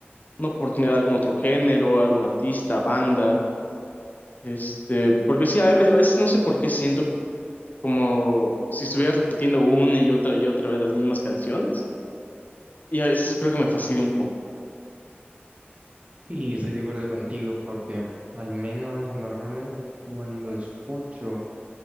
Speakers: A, on the left; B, on the right.
A: una oportunidad a algún otro género, a algún artista, banda, este, porque sí, a veces no sé por qué siento como si estuviera repitiendo una y otra y otra vez las mismas canciones, y a veces creo que me fastidia un poco.
B: Sí, estoy de acuerdo contigo porque al menos normalmente cuando escucho